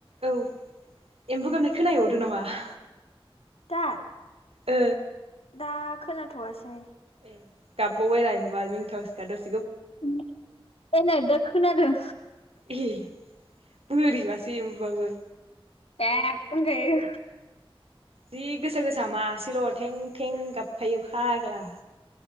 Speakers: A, on the right (about 85°); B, on the left (about 80°).
A: औ एम्बु
B: उम
A: गाबनाय खोना हैबावदो नामा? <inaudible>
B: दा
A: ओ
B: दा खोनाथ'वासै।
A: ए गाबबाव बाय रा एमबुआ मिनि थावसोखा द
B: उम ओयनै दा खोनादों।
A: एह बोरैबासो एम्बुवाबो।
B: एब होनजायो
A: जि गोसा गोसा मा सेल' थें थें गाबखायो फाग्ला